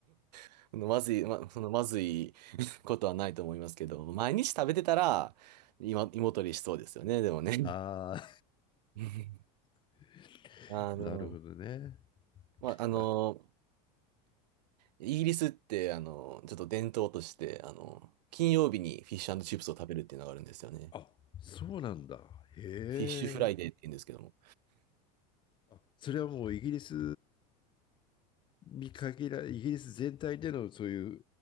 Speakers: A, on the right; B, on the left.
A: <laughs> まずい、ま、そのまずい <laughs> ことはないと思いますけど、毎日食べてたら、今、胃もたれしそうですよね、でもね。
B: ああ、
A: <laughs>
B: <laughs>
A: あの、
B: なるほどね。
A: まあ、あの、
B: いや
A: イギリスって、あの、ちょっと伝統として、あの、金曜日にフィッシュチップスを食べるっていうのがあるんですよね。
B: あ、そうなんだ。へえ。
A: フィッシュフライデーって言うんですけども。
B: あ、それはもうイギリスに限ら、イギリス全体でのそういう、